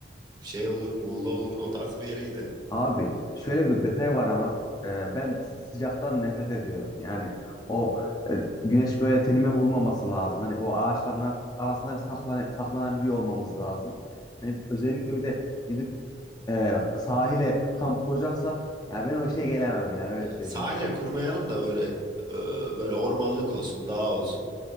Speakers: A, on the right; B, on the left.
A: şey olur, Muğla olur, o tarz bir yere gidelim.
B: Abi şöyle bir detay var ama e, ben sıcaktan nefret ediyorum. Yani o e, güneş böyle tenime vurmaması lazım. Hani bu ağaçların ar- arasında bir saklan saklanabiliyor olmamız lazım. Hani özellikle bir de gidip e, sahile kamp kuracaksak ya ben o işe gelemem yani öyle söyleyeyim.
A: Sahile kurmayalım da böyle e, böyle ormanlık olsun, dağ olsun.